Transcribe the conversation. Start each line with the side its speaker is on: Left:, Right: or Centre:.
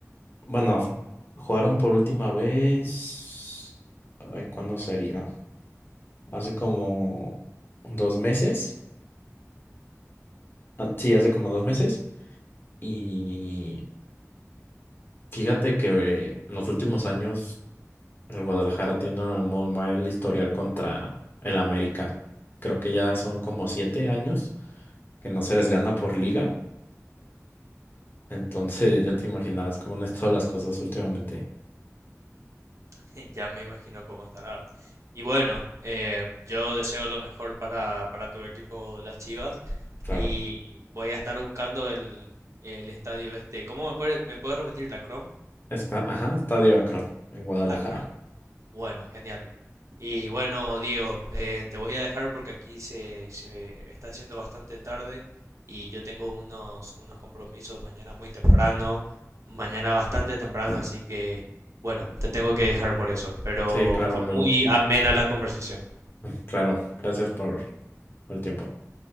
Left: Bueno, f- jugaron por última vez. Ay, ¿cuándo sería? Hace como dos meses. Ah, sí, hace como dos meses. Y fíjate que eh, en los últimos años el Guadalajara tiene un mal historial contra el América. Creo que ya son como siete años que no se les gana por liga. Entonces ya te imaginarás cómo han estado las cosas últimamente.
Right: <laughs> Ya me imagino cómo estará. Y bueno, eh, yo deseo lo mejor para, para tu equipo, las Chivas,
Left: Claro.
Right: y voy a estar buscando el, el estadio este. ¿Cómo me puede, me puedes repetir la Crom?
Left: Está, ajá, Estadio Akron en Guadalajara.
Right: Acron. Bueno, genial. Y bueno, Diego, eh, te voy a dejar porque aquí se, se está haciendo bastante tarde y yo tengo unos, unos compromisos mañana muy temprano, mañana bastante temprano, así que bueno, te tengo que dejar por eso. Pero
Left: Sí, claro,
Right: fue
Left: amigo.
Right: muy amena la conversación.
Left: Claro, gracias por por el tiempo.